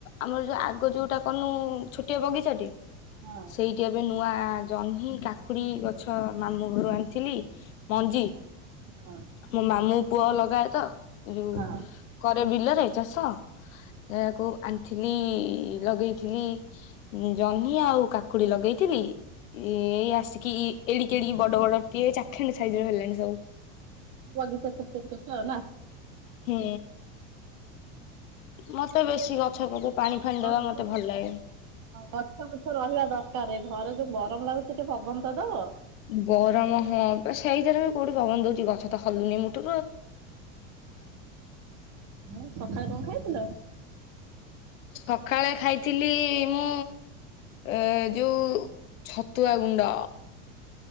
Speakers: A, on the left; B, on the right.
A: ଆମର ଯୋଉ ଆଗ ଯୋଉଟା କରିନୁ ଛୋଟିଆ ବଗିଚାଟେ
B: ହଁ
A: ସେଇଠି ଏବେ ନୂଆ ଜହ୍ନି କାକୁଡି ଗଛ ମାମୁଁ ଘରୁ ଆଣିଥିଲି। ମଞ୍ଜି
B: ହଁ
A: ମୋ ମାମୁଁ ପୁଅ ଲଗାଏ ତ ଏ ଯୋଉ
B: ହଁ।
A: କରେ ବିଲରେ ଚାଷ ଯାକୁ ଆଣିଥିଲି ଲଗେଇଥିଲି ଜହ୍ନି ଆଉ କାକୁଡି ଲଗେଇଥିଲି ଏଇ ଆସିକି ଏଡିକି ଏଡିକି ବଡ ବଡ ଟିଏ ଚାଖେଣ୍ଡେ ସାଇଜରେ ହେଲାଣି ସବୁ।
B: ହ ତ ସତ କଥା ନା
A: ହୁଁ। ମତେ
B: ଗଛଛ
A: ବେଶୀ ଗଛ ପଛ ପାଣି ଫାଣି
B: ହଁ
A: ଦେବା ମତେ ଭଲ ଲାଗେ।
B: ଗଛ ବୃଛ ରହିବା ଦରକାର ଘରେ ଯୋଉ ଗରମ ଲାଗୁଛି ଟିକେ ପବନ ତ ଦବ।
A: ଗରମ ହଁ ବ ସେଇଥିରେ। କୋଉଠି ପବନ ଦଉଛି ଗଛ ତ ହଲୁନି ମୁ <unintelligible>
B: ହଁ ସକାଳେ କଣ ଖାଇଥିଲ?
A: ସକାଳେ ଖାଇଥିଲି ମୁଁ ଏ ଯୋଉ ଛତୁଆ ଗୁଣ୍ଡ